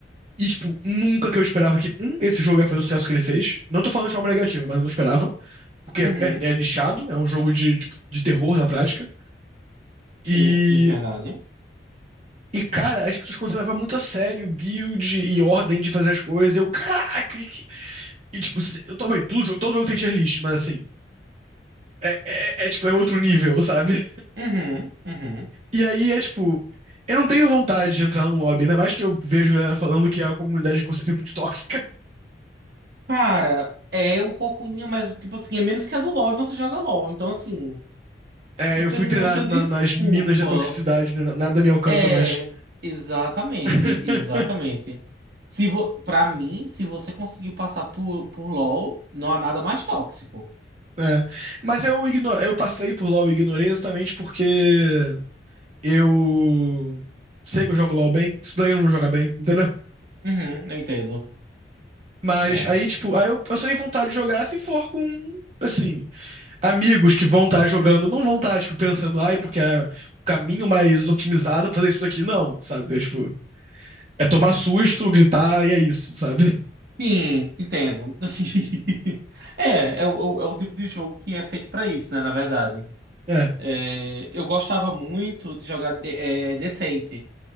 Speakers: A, on the right; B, on the right.
A: e, tipo, nunca que eu esperava que, um, esse jogo ia fazer o sucesso que ele fez. Não tô falando de forma negativa, mas eu não esperava, porque
B: Uhum.
A: é, é- é nichado, é um jogo de, tipo, de terror na prática.
B: Sim,
A: E,
B: sim, verdade.
A: e, cara, as pessoas começaram a levar muito a sério build e ordem de fazer as coisas, e eu, caraca, que, que... E, tipo, eu tô bem, todo, jo- todo jogo tem tier list, mas assim. É, é, é, tipo, é outro nível, sabe?
B: Uhum, uhum.
A: E aí é tipo. Eu não tenho vontade de entrar num lobby, ainda mais que eu vejo galera falando que a comunidade que você tem muito tóxica. <laughs>
B: Cara, é um pouquinho, mas tipo assim, é menos que a do LoL e você joga LoL. Então, assim,
A: É,
B: não
A: eu
B: tem
A: fui
B: muita
A: treinado
B: desculpa.
A: na- nas minas da toxicidade, né? nada me alcança
B: É,
A: mais.
B: exatamente,
A: <laughs>
B: exatamente. Se vo... Pra mim, se você conseguiu passar por, por LoL, não há nada mais tóxico.
A: É. Mas eu ignoro, eu passei por LoL e ignorei exatamente porque eu sei que eu jogo LoL bem, isso daí eu não vou jogar bem, entendeu?
B: Uhum, eu entendo.
A: Mas
B: É.
A: aí, tipo, aí eu, eu só tenho vontade de jogar se for com, assim, amigos que vão estar jogando não vão estar, tipo, pensando, ai, porque é o caminho mais otimizado é fazer isso daqui. Não, sabe? É, tipo, é tomar susto, gritar e é isso, sabe? <laughs>
B: Sim, entendo. <laughs> É, é, o, é o tipo de jogo que é feito pra isso, né, na verdade.
A: É.
B: É, eu gostava muito de jogar de, é, Deceit.